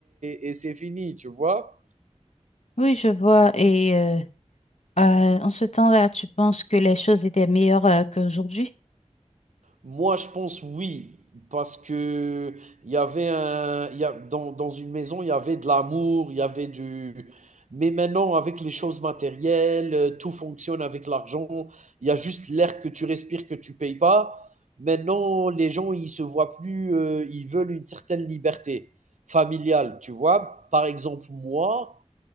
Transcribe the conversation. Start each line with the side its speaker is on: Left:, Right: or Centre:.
Right: et et c'est fini, tu vois?
Left: oui, je vois. Et euh, euh, en ce temps-là, tu penses que les choses étaient meilleures euh, qu'aujourd'hui?
Right: Moi, je pense oui, parce que il y avait un, il y a, dans, dans une maison, il y avait de l'amour, il y avait du. Mais maintenant, avec les choses matérielles, euh, tout fonctionne avec l'argent. Il y a juste l'air que tu respires que tu payes pas. Maintenant, les gens, ils se voient plus, euh, ils veulent une certaine liberté familiale, tu vois. Par exemple, moi,